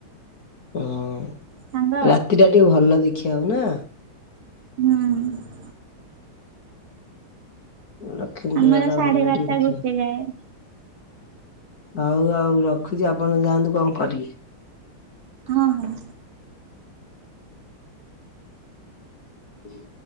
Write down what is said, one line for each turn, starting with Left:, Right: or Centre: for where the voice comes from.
Left: ହଁ
Right: ସାଙ୍ଗ
Left: ରାତି ଟା ଟିକେ ଭଲ ଦେଖିବା କୁ ନା।
Right: ହୁଁ।
Left: ଲକ୍ଷ୍ମୀପଜା
Right: ଆମର
Left: ଟା
Right: ସାଢେ
Left: ଭଲ ଟିକେ ଦେଖିବାକୁ।
Right: <unintelligible>
Left: ହଉ ଆଉ ରଖୁଛି ଆପଣ ଯାଆନ୍ତୁ କଣ କରିବେ।
Right: ହଁ ହଁ।
Left: ହୁଁ